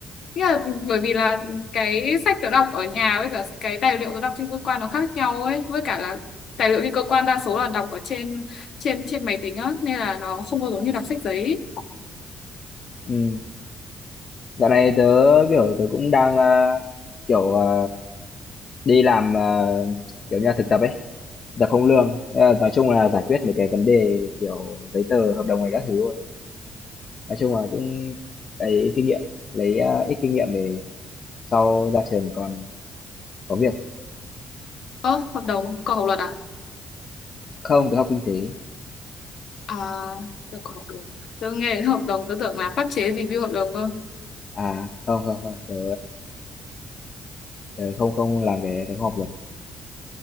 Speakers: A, on the left; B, on the left.
A: Nghĩa là bởi vì là cái sách tớ đọc ở nhà với cả cái tài liệu tớ đọc trên cơ quan nó khác nhau ấy với cả là tài liệu trên cơ quan đa số là đọc ở trên trên trên máy tính á nên là nó không có giống như đọc sách giấy
B: Ừm, dạo này tớ, kiểu, tớ cũng đang, a, kiểu, ờ, đi làm, ờ, kiểu như là, thực tập ấy, thực tập không lương. Thế là nói chung là giải quyết mấy cái vấn đề, kiểu, giấy tờ, hợp đồng này các thứ thôi. Nói chung là cũng lấy kinh nghiệm, lấy, a, ít kinh nghiệm để sau ra trường còn có việc.
A: ơ hợp đồng cậu học luật à
B: Không, tớ học kinh tế.
A: à tớ có học luật tớ nghe đến hợp đồng tớ tưởng là pháp chế review hợp đồng cơ
B: À, không, không, không, tớ, tớ không không làm cái tớ không học luật.